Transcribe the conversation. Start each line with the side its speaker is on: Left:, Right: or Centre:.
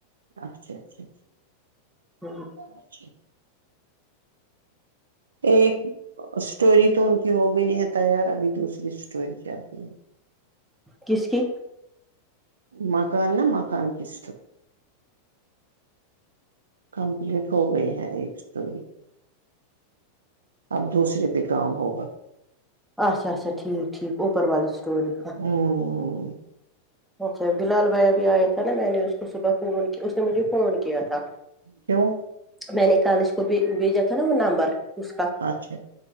Right: اچھا اچھا
Centre: ہ
Right: اچ ایک اسٹوری تو ان کی ہو گئی ہے تیار ابھی دوسری اسٹوری چلی ہے
Centre: کس کی
Right: مکان نہا مکان پس کمپلیٹ ہو گئی ہے ایک اسٹوری اب دوسرے پہ کام ہوگا
Centre: اچا اچھا ٹھیک ٹھیک اوپر والی اسٹوری
Right: ہ
Centre: اچھا بلال بھائییا بھی آیا تھا نا میں نے اس کو صبح فون اس نے مجھے فون کیا تھا
Right: کیوں
Centre: میں نے کالج کو بھی بھیجا تھا نا وہ نمبر اس کا
Right: اچھا